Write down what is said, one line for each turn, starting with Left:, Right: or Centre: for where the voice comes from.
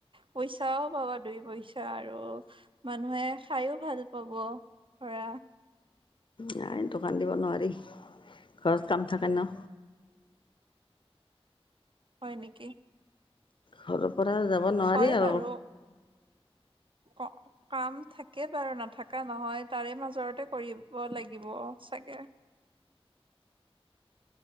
Right: পইচাও পাবা দুই পইচা আৰু মানুহে খাইও ভালপাব ধৰা।
Left: নাই দোকান দিব নোৱাৰি ঘৰত কাম থাকে ন।
Right: হয় নেকি
Left: ঘৰৰ পৰা যাব নোৱাৰি
Right: হয়
Left: আৰু
Right: বাৰু অ কাম থাকে বাৰু নাথাকা নহয়। তাৰে মাজৰতে কৰিব লাগিব চাগে